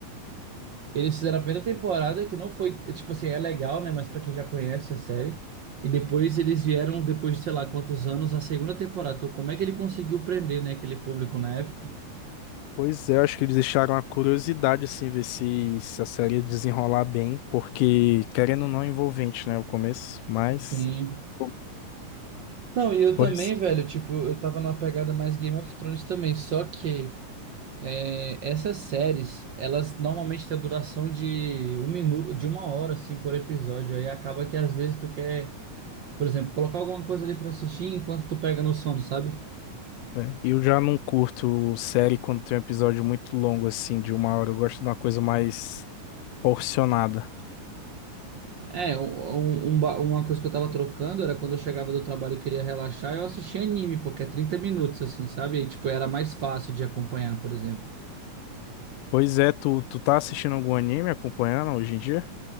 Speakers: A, on the right (about 65°); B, on the left (about 80°).
A: eles fizeram a primeira temporada, que não foi, tipo assim, é legal, né, mas para quem já conhece a série. E depois eles vieram, depois de sei lá quantos anos, a segunda temporada. Então, como é que ele conseguiu prender, né, aquele público na época?
B: pois é, acho que eles deixaram a curiosidade, assim, ver se, se a série ia desenrolar bem, porque, querendo ou não, é envolvente, né, o começo, mas,
A: Sim.
B: Bom,
A: Não, e eu
B: pois,
A: também, velho, tipo, eu tava numa pegada mais Game of Thrones também, só que é, essas séries, elas normalmente têm a duração de um minuto, de uma hora, assim, por episódio, aí acaba que às vezes tu quer, por exemplo, colocar alguma coisa ali pra assistir enquanto tu pega no sono, sabe?
B: é. Eu já não curto série quando tem um episódio muito longo, assim, de uma hora, eu gosto de uma coisa mais porcionada.
A: É, um, um- ba- uma coisa que eu tava trocando era quando eu chegava do trabalho e queria relaxar, eu assistia anime, porque é 30 minutos, assim, sabe? E, tipo, era mais fácil de acompanhar, por exemplo.
B: Pois é, tu, tu tá assistindo algum anime, acompanhando hoje em dia?